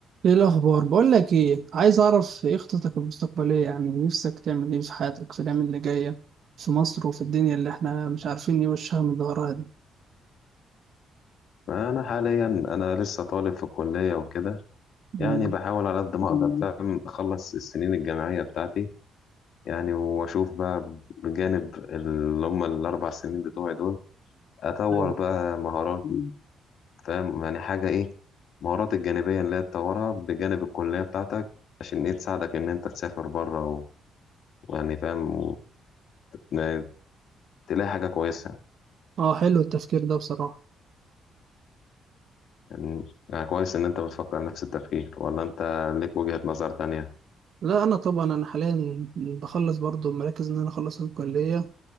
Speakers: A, on the right; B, on the left.
A: ايه الاخبار بقول لك ايه عايز اعرف ايه خططك المستقبليه يعني نفسك تعمل ايه في حياتك في الايام اللي جايه في مصر وفي الدنيا اللي احنا مش عارفين ايه وشها من ظهرها دي
B: انا حاليا انا لسه طالب في الكليه وكده
A: مم.
B: يعني بحاول على قد ما اقدر فاهم اخلص السنين الجامعيه بتاعتي يعني واشوف بقى بجانب اللي هم الاربع سنين بتوعي دول اطور
A: ايوه
B: بقى مهاراتي فاهم يعني حاجه ايه مهارات الجانبيه اللي هي تطورها بجانب الكليه بتاعتك عشان ايه تساعدك ان انت تسافر بره و... ويعني فاهم وتلاقي حاجه كويسه
A: اه حلو التفكير ده بصراحه
B: يعني يعني كويس ان انت بتفكر نفس التفكير ولا انت ليك وجهه نظر تانية
A: لا انا طبعا انا حاليا بخلص برضو مركز ان انا اخلص الكليه